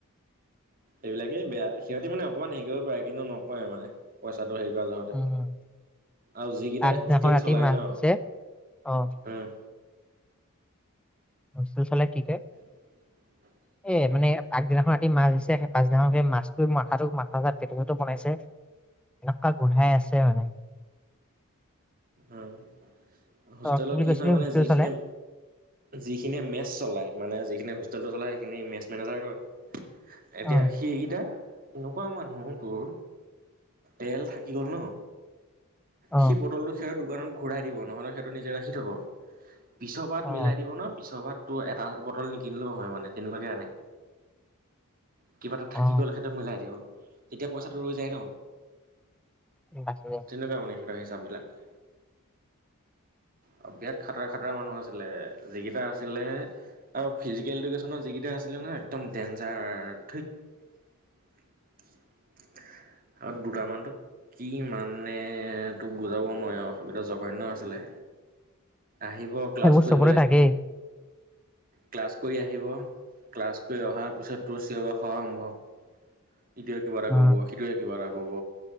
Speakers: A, on the right; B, in the centre.
A: এইবিলাকেই বেয়া সিহঁতি মানে অকণমান হেৰি কৰিব পাৰে কিন্তু নকৰে মানে। পইচাটো হেৰি কৰা যহ'তে
B: উম।
A: আৰু যিকেইটাই
B: আগদিনাখন
A: হোষ্টেল
B: ৰাতি
A: চলাই
B: মাছ
A: ন
B: দিছে অ'
A: উম,
B: হোষ্টেল চলাই কি কৰে?
A: অ' <unintelligible>
B: এ মানে আগদিনাখন ৰাতি মাছ দিছে সেই পাছদিনাখন সেই মাছটো মাথাটো মাথা চাতা পেটু চেটো বনাইছে। এনেকুৱা গোন্ধাই আছে মানে
A: উ হোষ্টেলৰ
B: অ বুলি
A: কি
B: কৈছিলি
A: হয় মানে
B: হোষ্টেল
A: যিখিনিয়ে,
B: চলে
A: যিখিনিয়ে মেচ চলায়, মানে যিখিনি হোষ্টেলটো চলায় সেইখিনি মেছ মেনেজাৰে দৰে। এতিয়া
B: অ
A: সেইগিটা। এনেকুৱা মানুহ তোৰ তেল থাকি গ'ল ন'
B: অ
A: সি বটলটো সেই দোকানত ঘূৰাই দিব নহ'লে সেইহটো নিজে ৰাখি থ'ব। পিছৰ বাৰত
B: অ
A: মিলাই দিব ন' পিছৰ বাৰত তোৰ এটা বটল নিকিনিলেও হয় মানে তেনেকুৱাকে আনে। কিবা এটা থাকি
B: অ
A: গ'ল সেইটো মিলাই দিব, তেতিয়া পইচাটো ৰৈ যায় ন।
B: <unintelligible>
A: তেনেকুৱা মানে সিহঁতৰ হিচাব বিলাক। আৰু বিৰাট খাতৰা খাতৰা মানুহ আছিলে যিকেইটা আছিলে। আৰু ফিজিকেল এডুকেশ্যনৰ যিকেইটা আছিলে ন একদম ডেঞ্জাৰ ধেৎ। <inaudible> আৰু দুটামানতো কি মানে তোক বুজাব নোৱাৰি অ' এইটো জঘন্য আছিলে, আহিব ক্লাছ
B: সেইবোৰ
A: কৰি
B: চবতে
A: পেলাই।
B: থাকেই
A: ক্লাছ কৰি আহিব, ক্লাছ কৰি অহাৰ পিছত তোৰ চিঞৰ বাখৰ আৰম্ভ। ইটোৱে কিবা এটা
B: অ
A: ক'ব, সিটোৱে কিবা এটা ক'ব।